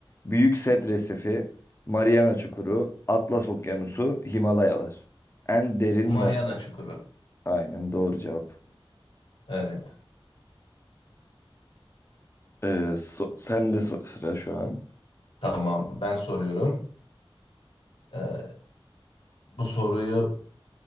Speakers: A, on the left (about 25°); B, on the left (about 65°).
A: Büyük Set Resifi, Mariana Çukuru, Atlas Okyanusu, Himalayalar. En derin
B: Mariana
A: nokta.
B: Çukuru.
A: Aynen doğru cevap.
B: Evet,
A: Ee, so- sen de so- sıra şu an.
B: tamam. Ben soruyorum. Ee, bu soruyu